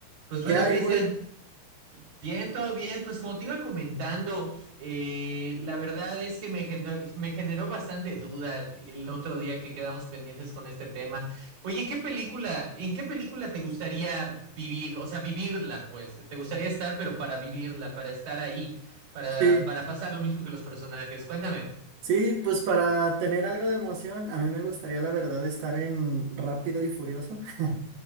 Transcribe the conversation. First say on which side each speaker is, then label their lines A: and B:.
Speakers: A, on the right; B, on the right.
A: Pues bueno,
B: ¿Qué hay,
A: Cristian,
B: Will?
A: bien, todo bien. Pues como te iba comentando, eh, la verdad es que me generó, me generó bastante duda el otro día que quedamos pendientes con este tema. Oye, ¿qué película, en qué película te gustaría vivir? O sea, vivirla, pues. Te gustaría estar, pero para vivirla, para estar ahí, para,
B: Sí,
A: para pasar lo mismo que los personajes. Cuéntame,
B: sí, pues para tener algo de emoción, a mí me gustaría, la verdad, estar en Rápido y Furioso. <laughs>